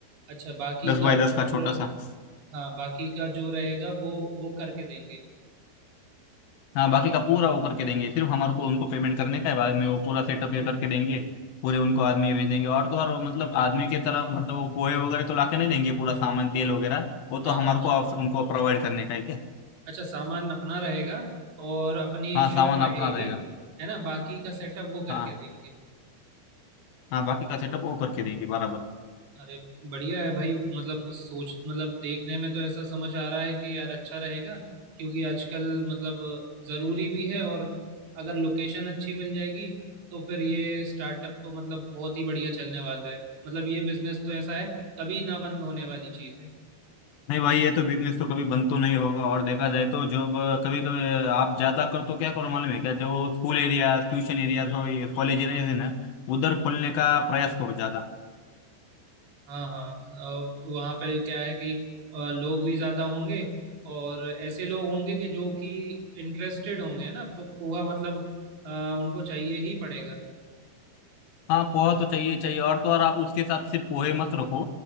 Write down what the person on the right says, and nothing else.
अच्छा बाकी
का
फिर
हाँ बाकी का जो रहेगा वो वो करके देंगे
हाँ
हाँ हाँ
अच्छा सामान अपना रहेगा और अपनी
शॉप
रहेगी
है ना बाकी का सेटअप वो करके
देंगे
अरे बढ़िया है भाई मतलब सोच मतलब देखने में तो ऐसा समझ आ रहा है कि यार अच्छा रहेगा क्योंकि आजकल मतलब ज़रूरी भी है और अगर लोकेशन अच्छी मिल जाएगी तो फिर ये स्टार्टअप तो मतलब बहुत ही बढ़िया चलने वाला है मतलब ये बिजनेस तो ऐसा है कभी ना बंद होने वाली चीज़ है
हाँ हाँ अ, वहाँ पे क्या है कि अ, लोग भी ज्यादा होंगे और ऐसे लोग होंगे कि जो कि इंटरेस्टेड होंगे ना पो- पोहा मतलब अ, उनको चाहिए ही पड़ेगा